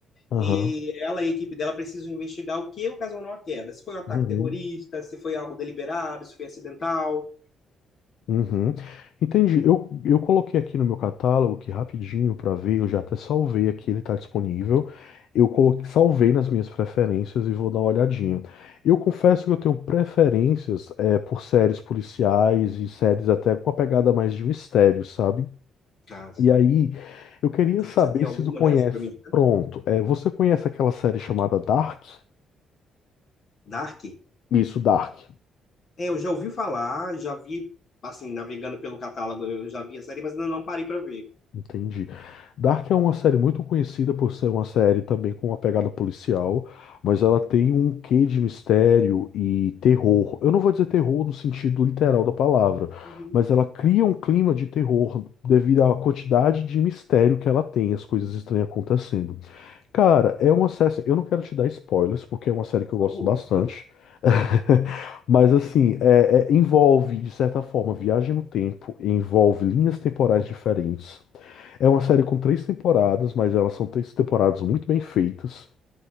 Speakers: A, on the left (about 75°); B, on the left (about 50°).
A: Aham.
B: E ela e a equipe dela precisam investigar o que ocasionou a queda. Se foi um ataque
A: Uhum.
B: terrorista, se foi algo deliberado, se foi acidental.
A: Uhum. Entendi. Eu, eu coloquei aqui no meu catálogo que rapidinho para ver, eu já até salvei aqui, ele está disponível. Eu coloquei, salvei nas minhas preferências e vou dar uma olhadinha. Eu confesso que eu tenho preferências é, por séries policiais e séries até com a pegada mais de mistério, sabe?
B: Ah, sim.
A: E aí, eu queria
B: E
A: saber
B: Você tem alguma
A: se tu conhece.
B: nessa pra mim? tá?
A: Pronto, é, você conhece aquela série chamada Dark?
B: Dark?
A: Isso, Dark.
B: É, eu já ouvi falar, já vi, assim, navegando pelo catálogo, eu já vi a série, mas ainda não parei pra ver.
A: Entendi. Dark é uma série muito conhecida por ser uma série também com uma pegada policial, mas ela tem um quê de mistério e terror. Eu não vou dizer terror no sentido literal da palavra,
B: Uhum.
A: mas ela cria um clima de terror devido à quantidade de mistério que ela tem, as coisas estranhas acontecendo. Cara, é uma série. assim, Eu não quero te dar spoilers, porque é uma série que eu
B: Por
A: gosto
B: favor.
A: bastante. <laughs> Mas, assim, é- é- envolve, de certa forma, viagem no tempo, envolve linhas temporais diferentes. É uma série com três temporadas, mas elas são três temporadas muito bem feitas.